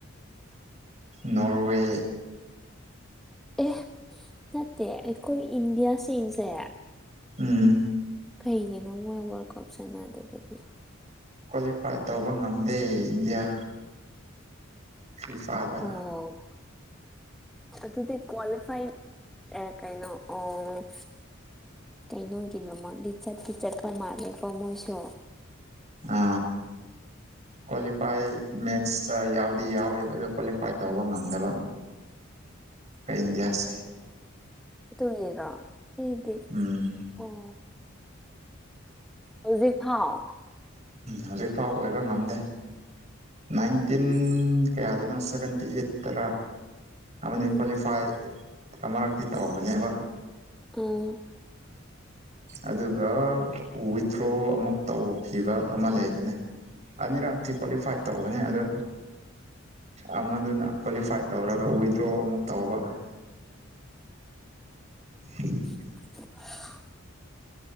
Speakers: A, on the right (about 35°); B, in the centre.
A: ꯅꯣꯔꯋꯦ
B: ꯑꯦ ꯅꯠꯇꯦ ꯑꯩꯈꯣꯏ ꯏꯟꯗꯤꯌꯥꯁꯤꯡꯁꯦ
A: ꯎꯝ
B: ꯀꯩꯒꯤꯅꯣ ꯃꯣꯏ ꯋꯥꯔ ꯀꯞ ꯁꯥꯟꯅꯗꯕꯗꯤ
A: ꯀ꯭ꯋꯥꯂꯤꯐꯥꯏ ꯇꯧꯕ ꯉꯝꯗꯦ ꯏꯟꯗꯤꯌꯥ ꯐꯤꯐꯥꯗ
B: ꯑꯣ ꯑꯗꯨꯗꯤ ꯀ꯭ꯋꯥꯂꯤꯐꯥꯏ ꯑꯦ ꯀꯥꯏꯅꯣ ꯑꯣ ꯀꯩꯅꯣꯒꯤꯅꯣꯃꯛꯗꯤ ꯆꯠꯄꯤ ꯆꯠꯄ ꯃꯥꯜꯂꯦꯀꯣ ꯃꯣꯏꯁꯨ
A: ꯑ ꯀ꯭ꯋꯥꯂꯤꯐꯥꯏ ꯃꯦꯠ ꯏꯇꯔ ꯌꯥꯎꯗꯤ ꯌꯥꯎꯋꯦꯕ ꯑꯣ ꯀ꯭ꯋꯥꯂꯤꯐꯥꯏ ꯇꯧꯕ ꯉꯝꯗꯕ ꯀ ꯏꯟꯗꯤꯌꯥꯁꯦ
B: ꯑꯗꯨꯒꯤꯔꯣ ꯑꯩꯗꯤ
A: ꯎꯝ
B: ꯑꯣ ꯍꯧꯖꯤꯛ ꯐꯥꯎ
A: ꯍꯧꯖꯤꯛꯐꯥꯎ ꯑꯣꯏꯕ ꯉꯝꯗꯦ ꯅꯥꯏꯟꯇꯤꯟ ꯀꯌꯥꯗꯅꯣ ꯁꯚꯦꯟꯇꯤ ꯑꯩꯢꯠꯇ ꯇꯔꯥ ꯑꯃꯗꯤ
B: ꯎꯝ
A: ꯀ꯭ꯋꯥꯂꯤꯐꯥꯏ ꯑꯃꯔꯛꯇꯤ ꯇꯧꯕꯅꯦꯕ
B: ꯎꯝ
A: ꯑꯗꯨꯕꯨꯔꯣ ꯋꯤꯗ꯭ꯔꯣ ꯑꯃꯨꯛ ꯇꯧ ꯄꯤꯕ ꯑꯃ ꯂꯩꯕꯅꯦ ꯑꯅꯤꯔꯛꯇꯤ ꯀ꯭ꯋꯥꯂꯤꯐꯥꯏꯠ ꯇꯧꯕꯅꯦ ꯑꯗꯣ ꯑꯃꯗꯨꯅ ꯀ꯭ꯋꯥꯂꯤꯐꯥꯏꯠ ꯇꯧꯔꯒ ꯋꯤꯗ꯭ꯔꯣ ꯑꯃꯨꯛ ꯇꯧꯕ <inaudible>
B: <inaudible>